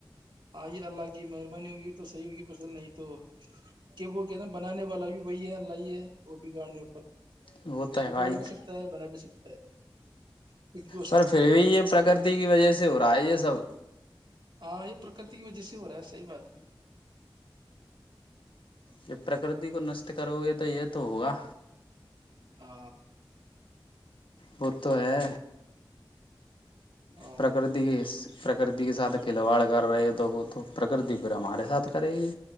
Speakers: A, on the right; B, on the left.
A: آئیے اللہ کی مہربانی ہوگی تو صحیح ہوگی پسل نہیں تو کہ وہ کہ ن بنانے والا بھی وہی ہے لائی ہے اور ب گاڑنے
B: وہ تو ہے
A: بگاڑ
B: بھائی
A: بھی سکتا ہے بنا بھی سکتا ہے کچھ بھی ہو
B: پر
A: سکتا
B: پھر
A: ہے
B: بھی یہ پرکرتی کی وجہ سے ہو رہا ہے یہ سب
A: ہاں یہ پرکرتی کی وجہ سے ہو رہا ہے صحیح بات ہے
B: ج پرکرتی کو نشٹ کرو گے تو یہ تو ہوگا
A: آ
B: بت ہے
A: ہاں
B: پرکرتی کے پرکرتی کے ساتھ کھلواڑ کر رہے تو وہ تو پرکرتی پھر ہمارے ساتھ کرے گی